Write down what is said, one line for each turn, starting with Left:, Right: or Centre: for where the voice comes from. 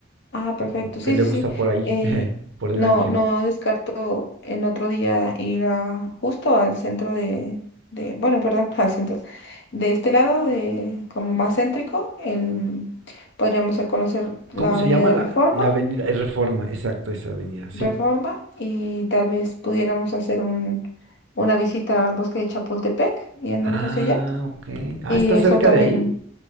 Left: Ah,
Right: que
Left: perfecto.
Right: como
Left: Sí,
Right: que le
Left: sí,
Right: gusta
Left: sí.
Right: por ahí,
Left: Eh,
Right: <laughs> por el
Left: no,
Right: ángel.
Left: no descarto en otro día ir a, justo al centro de, de, bueno, perdón, <laughs> al centro. De este lado, de como más céntrico, el, podríamos a conocer la
Right: ¿Cómo se
Left: Avenida
Right: llama
Left: de
Right: la,
Left: Reforma,
Right: la avenida? Eh, Reforma, exacto, esa avenida, sí.
Left: Reforma, y tal vez pudiéramos hacer un, una visita al bosque de Chapultepec, yéndonos
Right: Ah,
Left: hacia allá.
Right: ok. Ah,
Left: Y
Right: ¿está
Left: eso
Right: cerca
Left: también
Right: de ahí?